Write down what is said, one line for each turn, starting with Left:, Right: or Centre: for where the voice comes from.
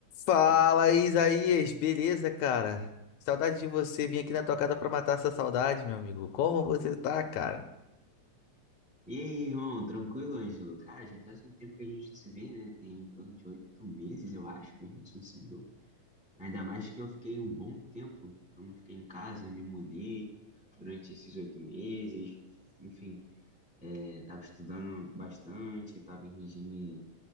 Left: Fala, Isaías, beleza, cara? Saudade de você. Vim aqui na tua casa pra matar essa saudade, meu amigo. Como você tá, cara?
Centre: E aí, irmão, tranquilo, Ângelo? Cara, já faz um tempo que a gente não se vê, né? Tem em torno de oito meses, eu acho, que a gente não se viu. Ainda mais que eu fiquei um bom tempo, que eu não fiquei em casa, me mudei durante esses oito meses. Enfim, é, tava estudando bastante, tava em regime